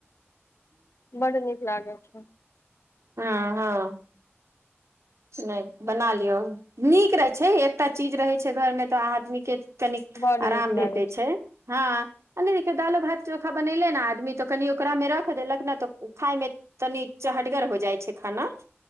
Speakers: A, on the left; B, on the right.
A: बड नीक लागे छै
B: हँ हँ
A: <unintelligible>
B: नहि बना लियौ नीक रहै छै एकटा चीज रहै छै घरमे तऽ आदमीके कनी
A: बड
B: आराम
A: नीक लागे
B: भेटै छै हँ आ नहि देखियौ दालो भात चोखा बनेले ने आदमी तऽ कनि ओकरामे रख देलक ने तऽ खायमे तनि चहटगर हो जाइ छै खाना